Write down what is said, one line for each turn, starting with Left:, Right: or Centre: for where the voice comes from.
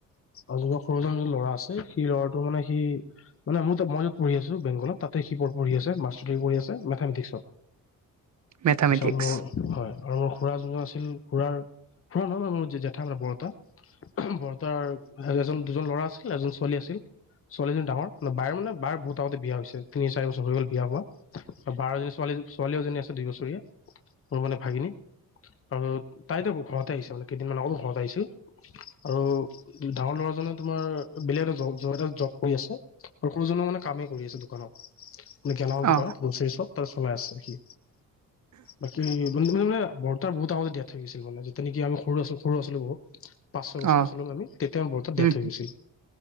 Left: আৰু য সৰুজন য ল'ৰা আছে সেই ল'ৰাটো মানে সি মানে মোৰ ত মই য'ত পঢ়ি আছো বেংগলত তাতে সি পঢ়ি আছে মাষ্টাৰ ডিগ্ৰী পঢ়ি আছে মেথমেটিক্ছত
Right: মেথামেটিক্স
Left: পিছত মোৰ হয় আৰু মোৰ খুুৰা যোনজন আছিল খুৰাৰ। খুৰা নহয় ম মোৰ জেঠা মানে বৰতা বৰতাৰ এজন দুজন ল'ৰা আছিল এজন ছোৱালী আছিল ছোৱালীজনী ডাঙৰ বাইৰ মানে বাৰ বহুত আগতে বিয়া হৈছে তিনি চাৰি বছৰ হৈ গ'ল বিয়া হোৱা আৰু বাৰ এজনী ছোৱালী ছোৱালী এজনী আছে দুই বছৰীয়া মোৰ মানে ভাগিনী আৰু তাইতো কও। ঘৰতে আহিছে মানে কেইদিনমান আগত ঘতে আহিছিল আৰু ডাঙৰ ল'ৰাজনে তোমাৰ বেলেগ এটা জ এ জব কৰি আছে আৰু সৰুজ মানে কামেই কৰি আছে দোকানত। আ গেলামাল দোকানত
Right: অ
Left: গ্ৰছৰী্চপ চলাই আছে সি বাকী বৰ্তাৰ বহু আগতে দিয়াই থই হৈ গছিল মানে তেনেকে আমি সৰু আছোঁ সৰু আছিলো বহু পাঁচ ছয় বছৰ
Right: অ
Left: আছিলোঁ আমি তেতিয়া বৰ তাত ডেথ
Right: উম
Left: হৈ গৈছিল